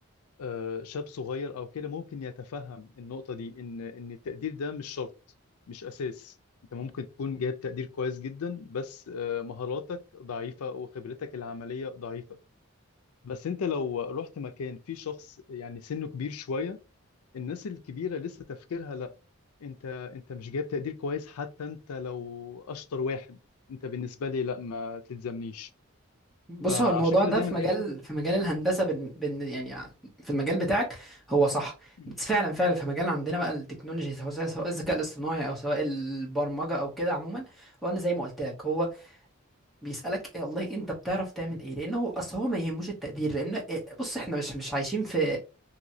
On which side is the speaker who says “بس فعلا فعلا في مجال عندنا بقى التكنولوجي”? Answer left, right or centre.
Centre